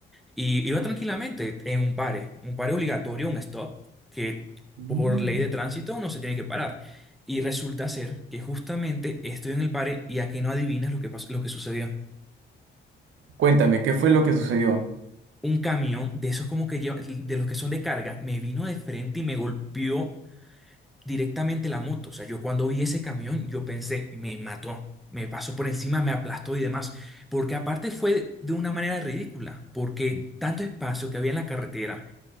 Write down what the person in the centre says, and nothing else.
y iba tranquilamente en un pare, un pare obligatorio, un stop, que
por ley de tránsito no se tiene que parar. Y resulta ser que justamente estoy en el pare y a que no adivinas lo que pas- lo que sucedió.
un camión de esos como que lleva, de los que son de carga, me vino de frente y me golpeó directamente la moto. O sea, yo cuando vi ese camión, yo pensé, me mató, me pasó por encima, me aplastó y demás. Porque aparte fue de, de una manera ridícula, porque tanto espacio que había en la carretera,